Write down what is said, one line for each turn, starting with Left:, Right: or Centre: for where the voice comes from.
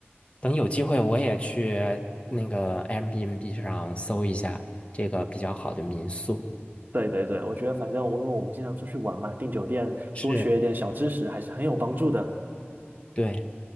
Left: 等有机会我也去那个 Airbnb 上搜一下这个比较好的民宿。
Right: 对对对，我觉得反正我因为我们经常出去玩嘛，订酒店多学一点小知识还是很有帮助的。
Left: 是，对，